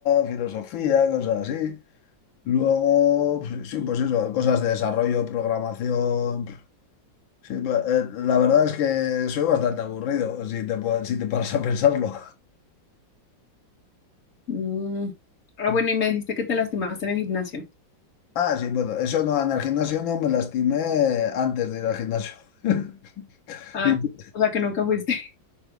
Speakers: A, on the left (about 85°); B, on the left (about 45°).
A: filosofía, cosas así. Luego, pues, sí, pues eso, cosas de desarrollo, programación, Sí, ba- eh, la verdad es que soy bastante aburrido, si te, pa- si te paras a pensarlo.
B: Mm, Ah,
A: <laughs>
B: bueno, y me dijiste que te lastimaste en el gimnasio.
A: Ah, sí, bueno, eso no, en el gimnasio no me lastimé antes de ir al gimnasio. <laughs>
B: Ah,
A: Y-
B: o sea, que nunca fuiste. <laughs>